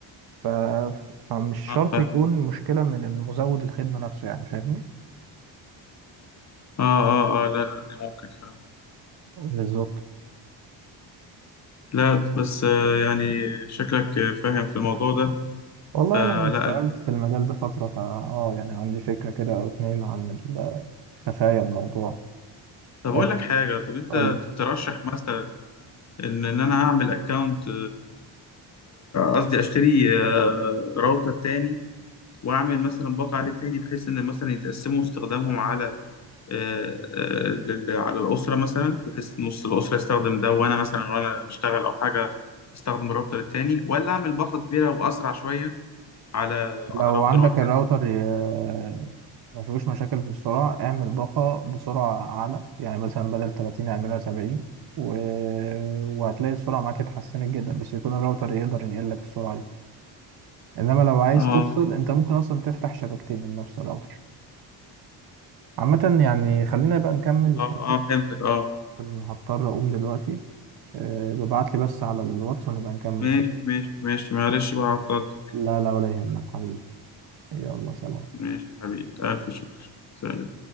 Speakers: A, on the right (about 55°); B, on the left (about 40°).
A: ف... فمش شرط
B: اه فاهم
A: يكون مشكله من المزود الخدمه نفسه يعني فاهمني
B: اه اه اه لا لا دي ممكن فاهم
A: بالظبط
B: لا بس آه، يعني شكلك آه، فاهم في الموضوع ده
A: والله
B: فلا
A: أنا اشتغلت في المجال ده فترة فا آه يعني عندي فكرة كده أو اتنين عن ال- خفايا الموضوع
B: طب اقول
A: آه،
B: لك حاجة طب انت
A: قول لي.
B: ترشح مثلا ان ان انا اعمل اكونت قصدي اشتري آه، راوتر تاني واعمل مثلا باقة عليه تاني بحيث ان مثلا يتقسموا استخدامهم على آه، آه، لل- على الاسره مثلا بحيث نص الاسره يستخدم ده وانا مثلا وانا بشتغل او حاجه استخدم الراوتر التاني ولا اعمل باقة كبيره واسرع شويه على
A: لو
B: على راوتر
A: عندك
B: واحد
A: الراوتر ي- ما فيهوش مشاكل في السرعة اعمل باقة بسرعة أعلى يعني مثلا بدل 30 اعملها 70 و... وهتلاقي السرعة معاك اتحسنت جدا بس يكون الراوتر يقدر ينقل لك السرعة دي إنما لو عايز
B: اه
A: تفصل أنت ممكن أصلا تفتح شبكتين من نفس الراوتر عامة يعني خلينا بقى نكمل
B: اه
A: كلامنا
B: اه فهمتك اه
A: عشان هضطر أقوم دلوقتي آه، ببعت لي بس على الواتس ونبقى نكمل
B: ماشي
A: ان شاء
B: ماشي ماشي معلش بقى عطلت
A: الله لا لا ولا يهمك حبيبي يلا سلام
B: ماشي يا حبيبي الف شكر سلام